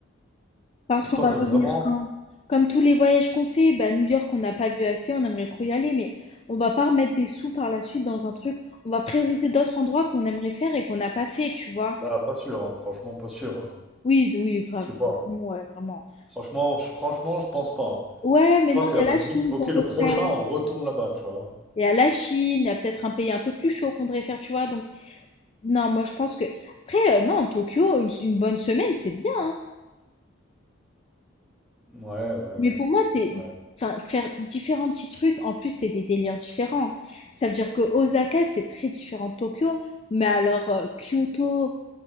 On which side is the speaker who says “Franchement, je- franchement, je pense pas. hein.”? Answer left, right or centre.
Centre